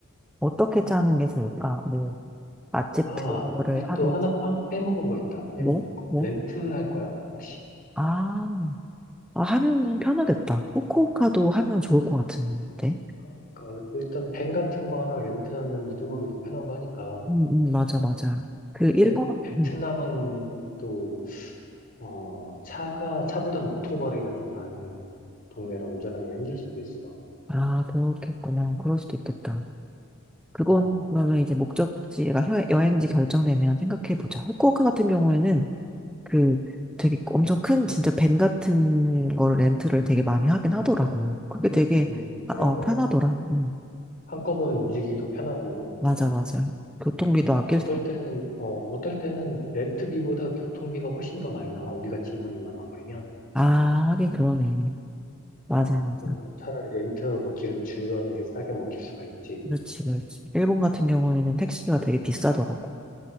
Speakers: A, in the centre; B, on the left.
A: 어떻게 짜는 게 좋을까? 뭐, 맛집
B: 아,
A: 투어를
B: 우리
A: 하든,
B: 또 하나 빰- 빼먹은 거 있다. 빼먹은
A: 뭐,
B: 거.
A: 뭐?
B: 렌트 할 거야? 혹시?
A: 아, 아, 하면은 편하겠다. 후쿠오카도 하면 좋을 것 같은데.
B: 그러니까 일단 밴 같은 거 하나 렌트하면 이동하기도 편하고 하니까.
A: 음, 음, 맞아, 맞아. 그,
B: 근데
A: 일본,
B: 베트남은
A: 음.
B: 또 어, 차가 차보다는 오토바이가 좀 많은 동네라 운전하기가 힘들 수도 있어.
A: 아, 그렇겠구나. 그럴 수도 있겠다. 그건,
B: 어,
A: 그러면 이제 목적지가 여- 여행지 결정되면 생각해보자. 후쿠오카 같은 경우에는 그 되게
B: 음,
A: 엄청 큰 진짜 밴 같은 거를 렌트를 되게 많이 하긴 하더라고. 그게 되게
B: 음, 그래서
A: 아, 어 편하더라. 응.
B: 한꺼번에 움직이기도 편하고
A: 맞아 맞아. 교통비도 아낄
B: 어떨
A: 수.
B: 때는 어, 어떨 때는 렌트비보다 교통비가 훨씬 더 많이 나와. 우리 같이 인원이 많아 버리면.
A: 아 하긴 그러네. 맞아
B: 어,
A: 맞아.
B: 그러니까 차라리 렌트하고 기름 주유하는 게 싸게 먹힐 수가 있지.
A: 그렇지 그렇지. 일본 같은 경우에는 택시가 되게 비싸더라고.